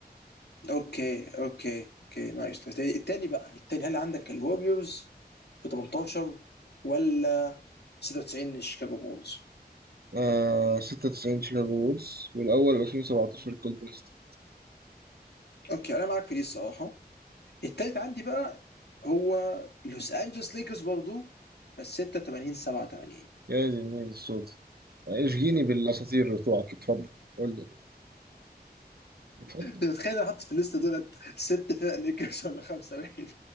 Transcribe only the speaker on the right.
آه 96 شيكاغو بولز والاول 2017 جولدن ستيت
يا دي النيل السودا اشجيني بالاساطير بتوعك اتفضل قول لي يعني. اتفضل